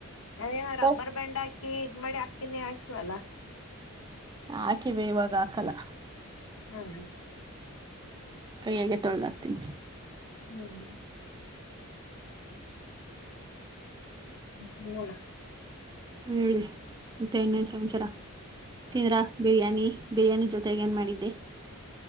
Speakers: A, on the left; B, on the right.
A: ಅಯ ರಬ್ಬರ್
B: ಬಸ್
A: ಬ್ಯಾಂಡ್ ಹಾಕಿ ಇದ್ ಮಾಡಿ ಹಾಕ್ತೀನಿ ಹಾಕಿವಲ್ಲಾ
B: ಹಾಕಿವ ಇವಾಗ ಹಾಕಲ್ಲ
A: ಹ್ಮ
B: ಕೈಯಗೆ ತೊಳ್ದಾಗ್ತೀನಿ
A: ಹ್ಮ್ ಅ
B: ಹೇಳಿ ಮತ್ತೆ ಇನ್ನೇನ್ ಸಂಚಾರ ತಿಂದ್ರಾ ಬಿರಿಯಾನಿ ಬಿರಿಯಾನಿ ಜೊತೆಗೆ ಏನ್ ಮಾಡಿದ್ದೆ